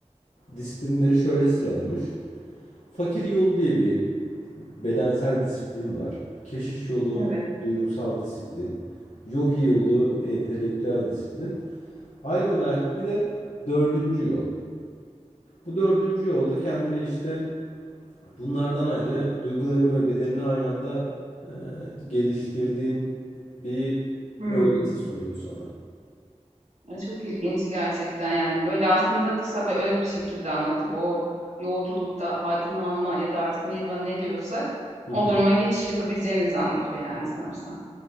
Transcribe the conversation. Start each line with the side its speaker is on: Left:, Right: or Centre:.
Left: disiplinleri şöyle sıralamış. Fakir yolu diye bir bedensel disiplin var. Keşiş yolu
Right: evet.
Left: duygusal disiplin. Yogi yolu entelektüel disiplin. Ayrı olarak bir de dördüncü yol. Bu dördüncü yolda kendine işte bunlardan ayrı duygularını ve bedenini aynı anda e, geliştirdiğin bir
Right: Hımm.
Left: öğreti sunuyor sana.
Right: Ay, çok ilginç gerçekten, yani, böyle, aslında kısa ve öz bir şekilde anlatıp o yolculukta aydınlanma ya da artık nirvana ne diyorsak
Left: Hı
Right: o
Left: hı.
Right: duruma geçiş yapabileceğimizi anlatıyor, yani, sanırsam.